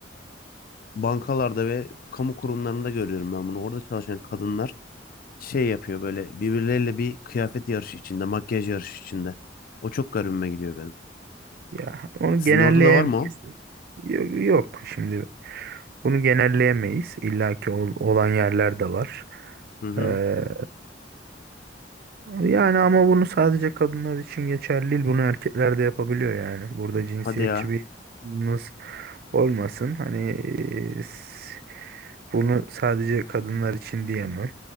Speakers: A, on the left (about 50°); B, on the right (about 55°).
A: bankalarda ve kamu kurumlarında görüyorum ben bunu. Orada çalışan kadınlar şey yapıyor böyle birbirleriyle bir kıyafet yarışı içinde, makyaj yarışı içinde. O çok garibime gidiyor benim.
B: ya onu
A: Sizin
B: genelleyemeyiz.
A: orada da var mı o?
B: Yok, yok şimdi bunu genelleyemeyiz. İlla ki ol- olan yerler de var.
A: Hı hı.
B: Ee, Yani ama bunu sadece kadınlar için geçerli değil. Bunu erkekler de yapabiliyor yani. Burada cinsiyetçi
A: Hadi ya.
B: bir yaklaşımınız olmasın. Hani e, s- bunu sadece kadınlar için diyemem.